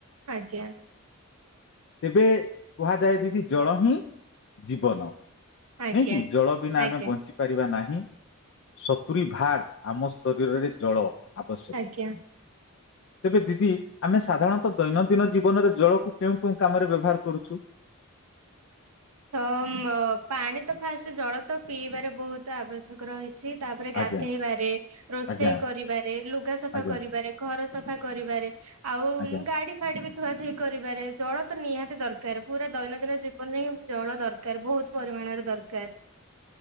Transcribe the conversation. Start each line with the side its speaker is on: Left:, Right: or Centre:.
Right: ଆଜ୍ଞା।
Left: ତେବେ କୁହାଯାଏ ଦିଦି ଜଳ ହିଁ ଜୀବନ
Right: ଆଜ୍ଞା
Left: ନାଇଁ କିି ଜଳ ବିନା
Right: ଆଜ୍ଞା
Left: ଆମେ ବଞ୍ଚି ପାରିବା ନାହିଁ ସତୁରି ଭାଗ ଆମ ଶରୀରରେ ଜଳ ଆବଶ୍ୟକ
Right: ଆଜ୍ଞା।
Left: ଅଛି। ତେବେ ଦିଦି ଆମେ ସାଧାରଣତଃ ଦୈନନ୍ଦିନ ଜୀବନରେ ଜଳକୁ କେଉଁ କେଉଁ କାମରେ ବ୍ୟବହାର କରୁ? ଛୁ
Right: ତ ଅମ ଅ ପାଣି ତ ଫାଷ୍ଟ ଜଳ ତ ପିଇବାରେ ବହୁତ ଆବଶ୍ୟକ ରହିଛି। ତାପରେ ଗାଧେଇବାରେ,
Left: ଆଜ୍ଞା
Right: ରୋଷେଇ
Left: ଆଜ୍ଞା
Right: କରିବାରେ, ଲୁଗା ସଫା
Left: ଆଜ୍ଞା
Right: କରିବାରେ ଘର ସଫା କରିବାରେ। ଆଉ
Left: ଆଜ୍ଞା
Right: ମୁଁ ଗାଡି ଫାଡି ବି ଧୁଆ ଧୋଇ କରିବାରେ ଜଳ ତ ନିହାତି ଦରକାର ପୁରା ଦୈନନ୍ଦିନ ଜୀବନରେ ହିଁ ଜଳ ଦରକାର ବହୁତ ପରିମାଣରେ ଦରକାର।